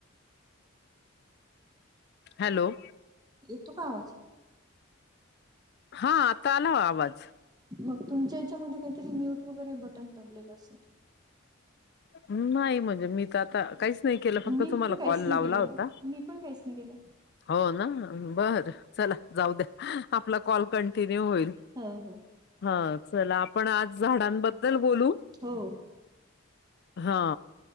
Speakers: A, on the left (about 50°); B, on the right (about 20°).
A: हॅलो,
B: येतोय का आवाज?
A: हा आता आला आवाज.
B: मग तुमच्या याच्यामध्ये काहीतरी म्यूट वगैरे बटन दबलेले असेल.
A: नाही म्हणजे मी त आता काहीच नाही केलं फक्त
B: मी
A: तुम्हाला
B: पण काहीच
A: कॉल
B: नाही
A: लावला
B: केलं,
A: होता
B: मी पण काहीच नाही केलं.
A: हो ना बरं चला जाऊ द्या, आपला कॉल कंटिन्यू होईल.
B: हो- हो,
A: हा चला आपण आज झाडांबद्दल बोलू
B: हो,
A: हा